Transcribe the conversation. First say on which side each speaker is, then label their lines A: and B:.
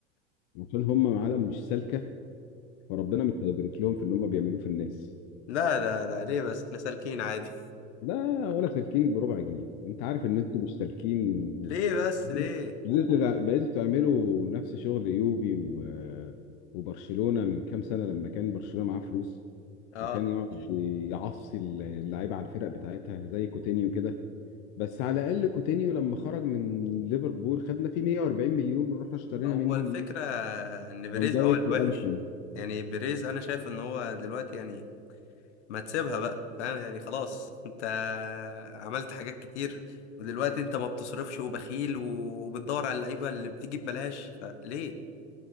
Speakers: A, on the left; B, on the left.
A: عشان هم عالم مش سالكة فربنا مش هيبارك لهم في اللي هم بيعملوه في الناس
B: لا لا لا ليه بس احنا سالكين عادي
A: لا ولا سالكين بربع جنيه انت عارف ان انتوا مش سالكين
B: <laughs>
A: و...
B: ليه بس ليه
A: بقيتوا تع- بقيتوا تعملوا نفس شغل يوبي و... وبرشلونة من كام سنة لما كان برشلونة معاه فلوس
B: اه
A: وكان يقعد يعصي اللعيبة على الفرق بتاعتها زي كوتينيو كده بس على الأقل كوتينيو لما خرج من ليفربول خدنا فيه 140 مليون رحنا اشترينا
B: هو
A: منهم
B: الفكره ان بيريز
A: فان دايك
B: هو
A: وألفين
B: الوحش يعني بيريز انا شايف ان هو دلوقتي يعني ما تسيبها بقى فاهم يعني خلاص انت عملت حاجات كتير ودلوقتي انت ما بتصرفش وبخيل وبتدور على اللعيبه اللي بتيجي ببلاش فليه